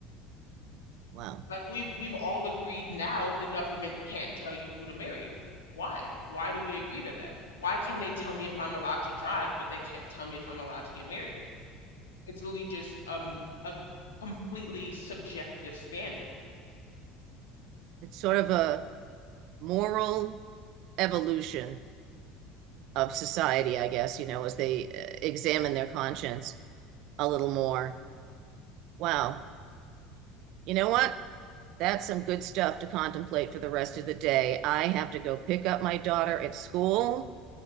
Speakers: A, on the right (about 55°); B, on the left (about 75°).
A: Wow.
B: Like we've we've all agreed now the government can't tell you who to marry. Why? Why do we agree to that? Why can they tell me if I'm allowed to drive, but they can't tell me if I'm allowed to get married? It's literally just um a v- completely subjective standard.
A: It's sort of a moral evolution of society, I guess, you know, as they uh, examine their conscience a little more. Wow. You know what? That's some good stuff to contemplate for the rest of the day. I have to go pick up my daughter at school,